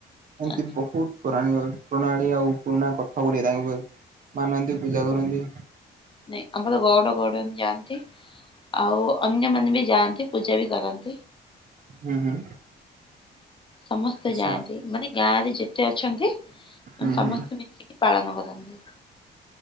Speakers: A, on the right; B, on the left.
A: ଏମିତି
B: ଆଚ୍ଛା।
A: ବହୁତ ପୁରାଣିଅ ପ୍ରଣାଳୀ ଆଉ ପୁରୁଣା କଥାକୁ ନେଇ, ତାଙ୍କୁ <unintelligible> ମାନନ୍ତି ପୂଜା କରନ୍ତି।
B: ନାଇଁ ଆମର ଗୌଡ ଗୌଡୁଣୀ ଯାଆନ୍ତି, ଆଉ ଅନ୍ୟମାନେ ବି ଯାଆନ୍ତି। ପୂଜା ବି କରନ୍ତି।
A: ହୁଁ- ହୁଁ।
B: ସମସ୍ତେ
A: ଆଚ୍ଛା
B: ଯାଆନ୍ତି ମାନେ ଗାଁ ରେ ଯେତେ ଅଛନ୍ତି, ମାନେ
A: ହୁଁ
B: ସମସ୍ତେ
A: ହୁଁ
B: ମିଶିକି ପାଳନ କରନ୍ତି।